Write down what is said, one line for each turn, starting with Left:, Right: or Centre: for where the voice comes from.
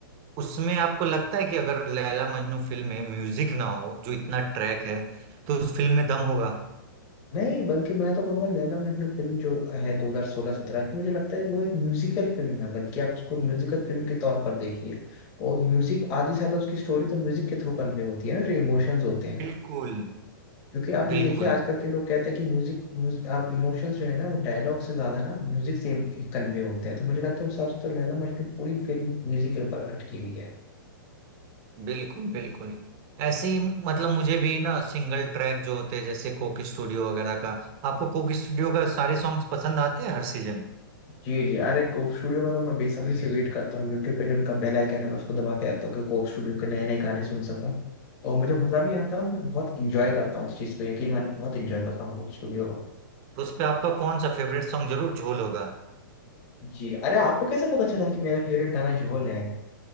Right: उसमें आपको लगता है कि अगर लैला मजनू फिल्म में म्यूजिक ना हो जो इतना ट्रैक है तो उस फिल्म में दम होगा
Left: नहीं बल्कि मैं तो कहूंगा लैला मजनू फिल्म जो है 2016-17 की मुझे लगता है वो एक म्यूजिकल फिल्म है बल्कि आप उसको म्यूजिकल फिल्म के तौर पर देखिए और म्यूजिक आधे से आधा उसकी स्टोरी तो म्यूजिक के थ्रू कन्वे होती है ना जो इमोशंस होते हैं
Right: बिल्कुल
Left: क्योंकि आप ये
Right: बिल्कुल
Left: देखिए आजकल के लोग कहते हैं कि म्यूजिक म्यूज- आप इमोशंस जो है ना वो डायलॉग से ज्यादा ना म्यूजिक से कन्वे होते हैं तो मुझे लगता है उस हिसाब से तो लैला मजनू पूरी फिल्म म्यूजिक के ऊपर अटकी हुई है
Right: बिल्कुल बिल्कुल ऐसे ही मतलब मुझे भी ना सिंगल ट्रैक जो होते हैं जैसे कोक स्टूडियो वगैरह का आपको कोक स्टूडियो का सारे सॉन्ग्स पसंद आते हैं हर सीजन
Left: जी जी अरे कोक स्टूडियो का तो मैं बेसब्री से वेट करता हूँ यूट्यूब पे जो उनका बेल आइकन है मैं उसको दबा के रखता हूँ कि कोक स्टूडियो के नए नए गाने सुन सकूँ और मुझे मजा भी आता है और मैं बहुत इंजॉय करता हूँ इस चीज को यकीन माने बहुत इंजॉय करता हूँ कोक स्टूडियो को
Right: तो उस पे आपका कौन सा फेवरेट सॉन्ग जरूर झोल होगा
Left: जी अरे आपको कैसे पता चला कि मेरा फेवरेट गाना झोल है